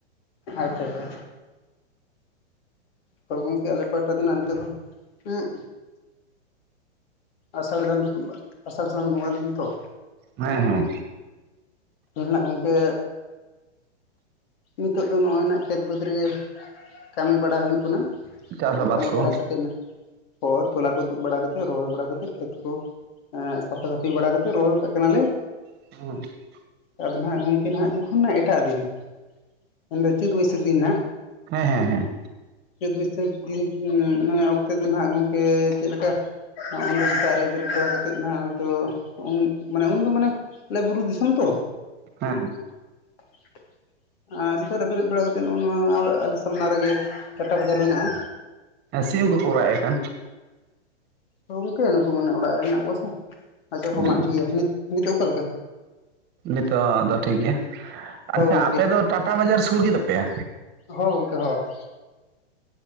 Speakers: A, on the left; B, on the right.
A: ᱟᱪᱪᱷᱟ ᱟᱪᱪᱷᱟ᱾ ᱛᱚ ᱜᱚᱢᱠᱮ ᱟᱞᱮ ᱯᱟᱦᱴᱟ ᱫᱚ ᱱᱟᱦᱜ ᱱᱤᱛᱚᱜ ᱫᱚ ᱩᱸᱜ ᱟᱥᱟᱲ ᱥᱟᱱ ᱟᱥᱟᱲ ᱥᱟᱱ ᱵᱚᱸᱜᱟ ᱫᱤᱧ ᱛᱚ᱾
B: ᱦᱮᱸ ᱦᱮᱸ᱾
A: ᱛᱚ ᱦᱮᱱᱟᱜ ᱜᱚᱢᱠᱮ ᱱᱤᱛᱳᱜ ᱫᱚ ᱱᱚᱜ-ᱚᱭ ᱱᱟᱜ ᱠᱷᱮᱛ ᱵᱟᱹᱫᱽ ᱨᱮᱜᱮ ᱠᱟᱹᱢᱤ ᱵᱟᱲᱟ ᱦᱩᱭᱩᱜ ᱠᱟᱱᱟ᱾ ᱱᱤᱛᱚᱜ
B: ᱪᱟᱥ
A: ᱫᱚ
B: ᱟᱵᱟᱫ
A: ᱠᱟᱹᱢᱤ
B: ᱠᱚ
A: ᱵᱟᱲᱟ ᱠᱟᱛᱮᱫ ᱱᱟᱜ ᱦᱚᱲ ᱛᱚᱞᱟ ᱠᱚ ᱛᱩᱫ ᱵᱟᱲᱟ ᱠᱟᱛᱮᱫ, ᱨᱚᱦᱚᱭ ᱵᱟᱲᱟ ᱠᱟᱛᱮᱫ, ᱠᱷᱮᱛ ᱠᱚ ᱮᱸᱜ ᱥᱟᱯᱷᱟ ᱥᱟᱹᱯᱷᱤ ᱵᱟᱲᱟ ᱠᱟᱛᱮᱫ ᱨᱚᱦᱚᱭ ᱠᱟᱜ ᱠᱟᱱᱟᱞᱮ᱾
B: <unintelligible>
A: ᱟᱫᱚ ᱱᱟᱦᱟᱜ ᱜᱚᱢᱠᱮ ᱱᱟᱦᱟᱜ ᱡᱚᱠᱷᱚᱱ ᱱᱟᱦᱟᱜ ᱮᱴᱟᱜ ᱫᱤᱱ ᱢᱮᱱᱫᱚ ᱪᱟᱹᱛ ᱵᱟᱹᱭᱥᱟᱹᱠᱷ ᱫᱤᱱ ᱱᱟᱦᱟᱜ
B: ᱦᱮᱸ ᱦᱮᱸ ᱦᱮᱸ
A: ᱪᱟᱹᱛ ᱵᱟᱹᱭᱥᱟᱹᱠᱷ ᱫᱤᱱ ᱢᱟᱱᱮ ᱚᱠᱛᱮ ᱫᱚ ᱱᱟᱦᱟᱜ ᱜᱚᱢᱠᱮ ᱪᱮᱫ ᱞᱮᱠᱟ ᱩᱱᱫᱚ ᱥᱮᱛᱟᱜ ᱨᱮ ᱵᱮᱨᱮᱫ ᱵᱟᱲᱟ ᱠᱟᱛᱮᱫ ᱱᱟᱦᱟᱜ ᱦᱚᱭᱛᱳ ᱩᱱ ᱢᱟᱱᱮ ᱩᱱᱫᱚ ᱢᱟᱱᱮ ᱟᱞᱮ ᱵᱩᱨᱩ ᱫᱤᱥᱚᱢ ᱛᱚ
B: ᱦᱮᱸ ᱦᱮᱸ
A: <unintelligible> ᱟᱨ ᱥᱮᱛᱟᱜ ᱨᱮ ᱵᱮᱨᱮᱫ ᱵᱟᱲᱟ ᱠᱟᱛᱮᱫ ᱱᱚᱜᱼ ᱱᱚᱣᱟ ᱟᱞᱮ ᱥᱟᱢᱱᱟ ᱨᱮᱜᱮ ᱴᱟᱴᱟ ᱵᱟᱡᱟᱨ ᱢᱮᱱᱟᱜᱼᱟ᱾
B: ᱥᱤᱢ ᱠᱚᱠᱚ ᱨᱟᱜ ᱮᱫ ᱠᱟᱱ᱾
A: ᱜᱚᱝᱠᱮ ᱱᱩᱠᱩ ᱢᱟᱱᱮ ᱚᱲᱟᱜ ᱨᱮ ᱢᱮᱱᱟᱜ ᱠᱚᱣᱟ ᱥᱮ ᱟᱪᱪᱷᱟ
B: ᱦᱩᱸ
A: ᱦᱚᱸ ᱢᱟ ᱴᱷᱤᱠ ᱜᱮᱭᱟ ᱱᱤᱛᱚᱜ ᱚᱠᱟ ᱞᱮᱠᱟ
B: ᱱᱤᱛᱳᱜ ᱫᱚ ᱴᱷᱤᱠ ᱜᱮᱭᱟ
A: ᱦᱳᱭ
B: ᱟᱪᱪᱷᱟ
A: ᱜᱚᱢᱠᱮ
B: ᱟᱯᱮ ᱫᱚ ᱴᱟᱴᱟ ᱵᱟᱡᱟᱨ ᱥᱩᱨ ᱜᱮᱛᱟᱯᱮᱭᱟ?
A: ᱦᱳ ᱜᱚᱝᱠᱮ ᱦᱳ ᱾